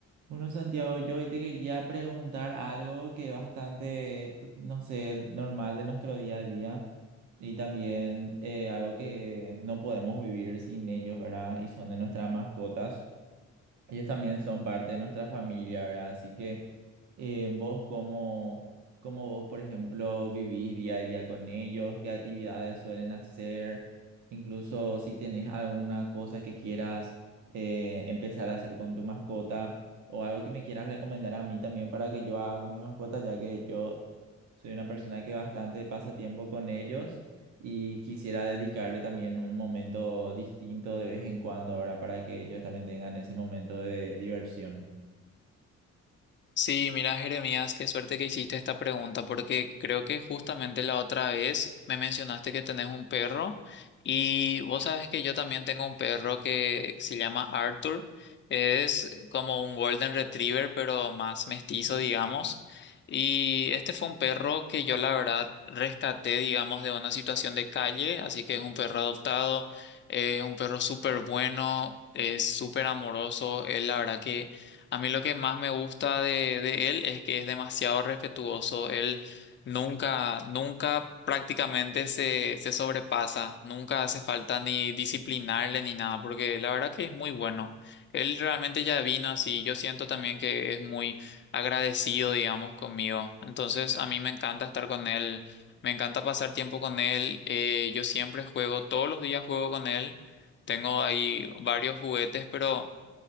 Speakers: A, on the right; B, on the left.
A: Bueno, Santiago, yo hoy te quería preguntar algo que es bastante, no sé, normal de nuestro día a día y también eh, algo que no podemos vivir sin ellos, ¿verdad? Y son de nuestras mascotas. Ellos también son parte de nuestra familia, ¿verdad? Así que eh, vos cómo, cómo vos, por ejemplo, vivís día a día con ellos, qué actividades suelen hacer, incluso si tenés alguna cosa que quieras eh, empezar a hacer con tu mascota o algo que me quieras recomendar a mí también para que yo haga con mi mascota, ya que yo soy una persona que bastante pasa tiempo con ellos y quisiera dedicarle también un momento distinto de vez en cuando, ¿verdad? Para que ellos también tengan ese momento de diversión.
B: Sí, mira, Jeremías, qué suerte que hiciste esta pregunta, porque creo que justamente la otra vez me mencionaste que tenés un perro y vos sabes que yo también tengo un perro que se llama Arthur. Es como un Golden Retriever, pero más mestizo, digamos. Y este fue un perro que yo la verdad rescaté, digamos, de una situación de calle, así que es un perro adoptado, es un perro súper bueno, es súper amoroso, es la verdad que... A mí lo que más me gusta de, de él es que es demasiado respetuoso. Él nunca, nunca prácticamente se, se sobrepasa. Nunca hace falta ni disciplinarle ni nada, porque la verdad que es muy bueno. Él realmente ya vino así. Yo siento también que es muy agradecido, digamos, conmigo. Entonces, a mí me encanta estar con él. Me encanta pasar tiempo con él. eh, yo siempre juego, todos los días juego con él. Tengo ahí varios juguetes, pero...